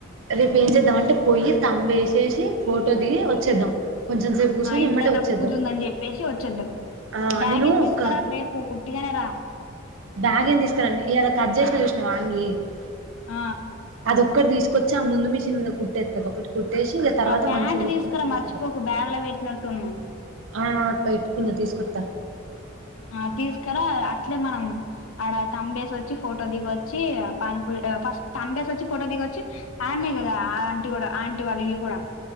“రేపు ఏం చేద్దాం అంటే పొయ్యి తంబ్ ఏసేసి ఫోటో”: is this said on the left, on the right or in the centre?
Right